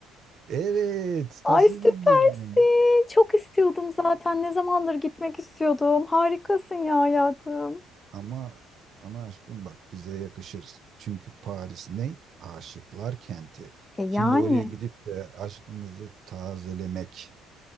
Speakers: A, on the right (about 55°); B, on the left (about 20°).
A: Evet
B: Ay
A: nasıl
B: süpersin.
A: bildin?
B: Çok istiyordum zaten. Ne zamandır gitmek istiyordum. Harikasın ya hayatım.
A: Ama ama aşkım bak bize yakışır. Çünkü Paris ne? Aşıklar kenti.
B: E yani.
A: Şimdi oraya gidip de aşkımızı tazelemek